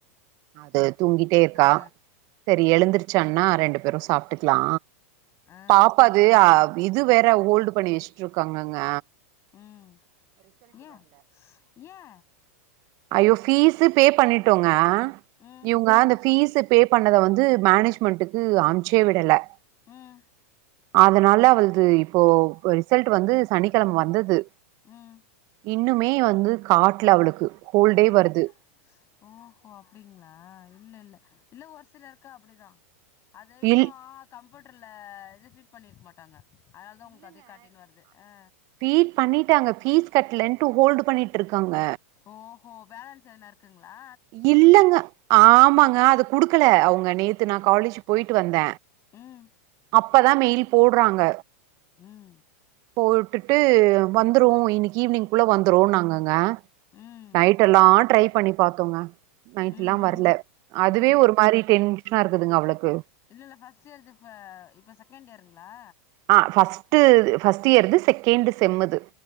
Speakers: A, on the right (about 45°); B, on the left (about 35°).
A: அது தூங்கிட்டேருக்கா
B: ஆ
A: செரி எழுந்தருச்சான்னா ரெண்டு பேரு சாப்ட் ட்டுக்கலா
B: ஆ
A: பாப்பாது் இது வேற ஹோல்டு பண்ணி வெச்சுட்டுருக்காங்கங்க
B: ம் ஏ ஏ
A: ஐயோ ஃபீஸு பே பண்ணிட்டோங்க
B: ம்
A: இவங்க அந்த ஃபீஸ்ச பே பண்ணத வந்து மேனேஜ்மெண்ட்டுக்கு அனுப்ச்சே விடல
B: ம்
A: அதனால அவள்து இப்போ ரிசல்ட் வந்து சனிக்கெழம வந்தது
B: ம்
A: இன்னுமே வந்து காட்ல அவளுக்கு ஹோல்டே
B: அப்
A: வருது
B: ஓ ஹோ அப்டிங்ளா இல்லெல்ல இல்ல ஒரு சிலருக் கு அப்டிதா அது இன்னு
A: இல்
B: கம்ப்யூட்டர்ல இது பிட் பண்ணிருக்க மாட்டாங்க அதனால தா உங்களுக் அதே காட்டின்னு வருது ஆ
A: ஃபீஸ் பண்ணிட்டாங்க ஃபீஸ் கட்டலன்ட்டு ஹோல்டு பண்ணிகிட்டுருக்காங்க
B: ஓஹோ பேலன்ஸ் எதுனா இருக்குங்ளா
A: இல்லங்க ஆமாங்க அத குடுக்கல அவுங்க நேத்து நா காலேஜ் போயிட்டு வந்த
B: ம்
A: அப்பதா மெயில் போடுறாங்க
B: ம்
A: போட்டுட்டு வந்துடு இன்னைக்கி ஈவினிங்க்குள்ள வந்துடுன்னாங்கங்க
B: ம்
A: நைடெல்லா ட்ரை பண்ணி பாத்தோங்க நைடெல்லா
B: ம் ம்
A: வரல அதுவே
B: ம்
A: ஒரு மாதிரி டென்ஷனாருக்குதுங்க அவளுக்கு
B: இல்லெல்ல ஃபஸ்ட் இயர் இது இப்ப இப்போ செகண்ட் இயருங்ளா
A: ஆ ஃபர்ட்ஸ்டு து ஃபர்ஸ்ட் இயர்து செகண்டு் செம்முது